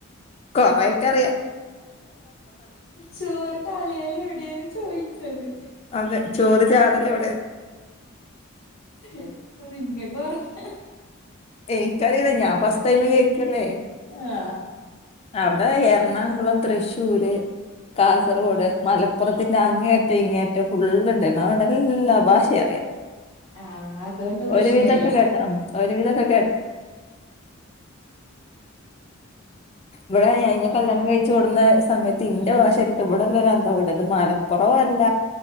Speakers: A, on the left; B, on the left.
A: കൊറെയൊക്കെ അറിയ
B: ചോറ് കളയലെവ്ടേന്ന് ചോയ്ച്ചത്
A: അതെ ചോറ് ചാടല് എവിടെ
B: <unintelligible>
A: എനിക്കറിയില്ല ഞാൻ ഫസ്റ്റ് ടൈമ് കേക്കല്ലേ
B: ആ
A: അവ്ടെ എറണാകുളം തൃശ്ശൂര് കാസർഗോഡ്
B: ആ
A: മലപ്പ് പ്പുറത്തിന്റെ അങ്ങേയറ്റം ഇങ്ങേയറ്റം ഫുള്ള്ണ്ട് അതോണ്ട് ല്ലാ ഭാഷി അറിയ
B: ആ അതുകൊണ്ട് പ്രശ്നമില്ല
A: ഒരു വിധൊക്കെ കേട്ട ഉം ഒരു വിധൊക്കെ വടെ യെ ഞെ കല്യാണം
B: ആ
A: കഴിച്ചു കൊട്‌ന്നെ സ് സമയത്ത് ഇന്റെ ഭാഷേട്ടിട്ട് വിടെള്ളോര് അന്തംവിട ത് മലപ്പൊറോ അല്ല